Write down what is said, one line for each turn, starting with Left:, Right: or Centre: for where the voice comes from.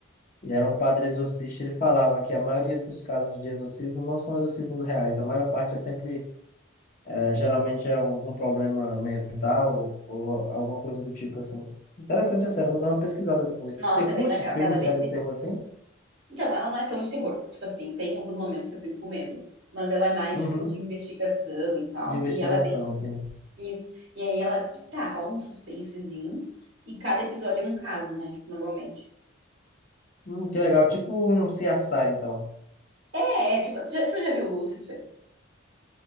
Left: e era um padre exorcista. Ele falava que a maioria dos casos de exorcismo não são exorcismos reais. A maior parte é sempre, eh, geralmente é algum problema mental ou, ou alguma coisa do tipo assim. Interessante, é sério. Vou dar uma pesquisada depois.
Right: Nossa,
Left: Você curte
Right: é bem legal.
Left: filme,
Right: Ela é
Left: série
Right: bem,
Left: de terror assim?
Right: Então, ela não é tão de terror. Tipo assim, tem alguns momentos que eu fico com medo, mas ela é mais,
Left: Uhum.
Right: tipo, de investigação e tal.
Left: De investigação,
Right: E ela é bem
Left: assim.
Right: isso. E aí ela, tá, rola um suspensezinho. E cada episódio é um caso, né? Tipo, normalmente.
Left: Hum, que legal. Tipo um CSI, então.
Right: É, é, tipo, tu já, tu já viu Lúcifer?